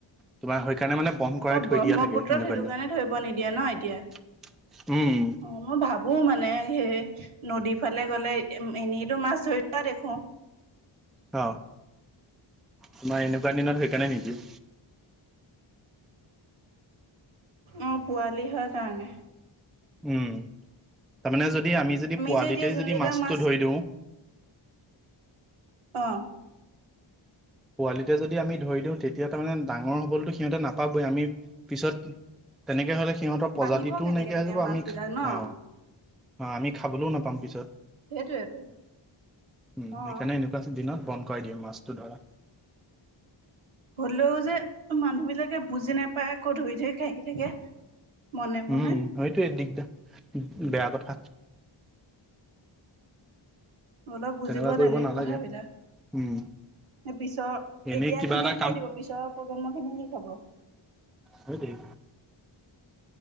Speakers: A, in the centre; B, on the right.
A: তোমাৰ, সেইকাৰণে মানে, বন্ধ কৰাই
B: অ',
A: থৈ
B: ব্ৰহ্মপুত্ৰত
A: দিয়া থাকে, এনেকুৱা
B: সেইটো
A: দিনত।
B: কাৰণে ধৰিব নিদিয়ে ন এতিয়া।
A: উম!
B: অ', মই ভাবোঁ মানে, সেই নদীৰ ফালে গ'লে, এনেইতো মাছ ধৰি দেখোঁ।
A: অ'! তোমাৰ, এনেকুৱা দিনত সেইকাৰণে, নিদিয়ে।
B: অ'! পোৱালি হয়, কাৰণে।
A: উম! তাৰমানে যদি, আমি যদি, পোৱালিতে
B: যে এতিয়া যোনবিলাক
A: যদি মাছটো
B: মাছ
A: ধৰি দিওঁ
B: অ'!
A: পোৱালিতে যদি, আমি ধৰি দিওঁ। তেতিয়া তাৰমানে, ডাঙৰ হ'বলেতো সিহঁতে নাপাবই। আমি, পিছত তেনেকে হ'লে, সিহঁতৰ প্ৰজাতিটোও
B: বাঢ়িব কেনেকে
A: নাইকিয়া
B: তেতিয়া
A: হৈ যাব। আমি,
B: মাছ বিলাক ন
A: অ'! অ'! আমি খাবলৈও নাপাম পিছত।
B: সেইটোয়েতো
A: উম,
B: অ',
A: সেইকাৰণে, এনেকা। তাৰপিছত, দিনত বন্ধ কৰাই দিয়ে, মাছটো ধৰা।
B: হ'লেও যে, মানুহ বিলাকে বুজি নাপায়! আকৌ, ধৰি ধৰি খাই থাকে। মনে মনে
A: উম! সেইটোৱে দিগদাৰ, বেয়া কথা।
B: অলপ বুজিব
A: তেনেকুৱা কৰিব
B: লাগে,
A: নালাগে
B: কথাবিলাক।
A: উম
B: পিছৰ
A: এনেই
B: এতিয়া
A: কিবা
B: খিনিয়ে
A: এটা
B: খাই দিব পিছৰ প্ৰজন্ম খিনি কি খাব।
A: সেইটোৱেই।